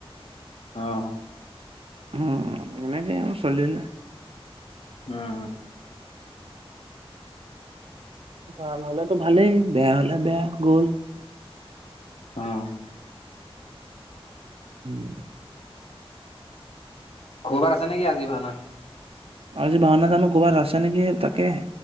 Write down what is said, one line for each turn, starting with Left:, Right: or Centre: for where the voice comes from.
Left: অ',
Right: হ, এনেকে আউ চলিলে।
Left: উম- উম।
Right: ভাল হলেতো ভালেই বেয়া হলে বেয়া গ'ল।
Left: অ',
Right: উম,
Left: ক'ৰবাত আছে নেকি আজি ভাওনা?
Right: আজি ভাওনা জানো ক'ৰবাত আছে নেকি তাকেহে।